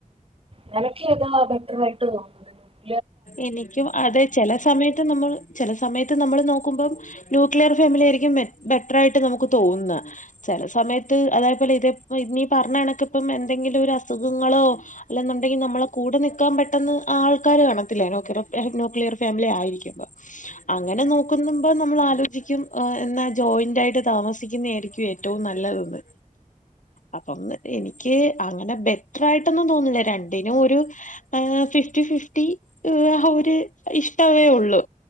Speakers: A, on the right (about 40°); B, on the left (about 65°).
A: നിനക്ക് ഏതാ ബെറ്റർ ആയിട്ട് തോന്നണേ
B: എനിക്കും അത് ചില സമയത്ത് നമ്മൾ ചില സമയത്ത് നമ്മൾ നോക്കുമ്പോൾ ന്യൂക്ലിയർ ഫാമിലി ആയിരിക്കും ബെറ്റർ ആയിട്ട് നമുക്ക് തോന്നുന്ന ചില സമയത്ത് അതേപോലെ ഇത് ഇനി പറഞ്ഞ കണക്കിപ്പം എന്തെങ്കിലും ഒരു അസുഖങ്ങളോ അല്ലെന്നുണ്ടെങ്കിൽ നമ്മളെ കൂടെ നിൽക്കാൻ പെട്ടെന്ന് ആൾക്കാര് കാണത്ത ന്യൂക്ലിയർ ഫാമിലി ആയിരിക്കുമ്പോ അങ്ങനെ നോക്കുമ്പോൾ നമ്മൾ ആലോചിക്കും എന്നാ ജോയിന്റ് ആയിട്ട് താമസിക്കുന്ന ആയിരിക്കും ഏറ്റവും നല്ലതന്ന് അപ്പം എനിക്ക് അങ്ങനെ ബെറ്റർ ആയിട്ടൊന്നും തോന്നില്ല രണ്ടിനും ഒരു ഫിഫ്റ്റി ഫിഫ്റ്റി ഏഹ് ഒരു ഇഷ്ടമേ ഉള്ളു.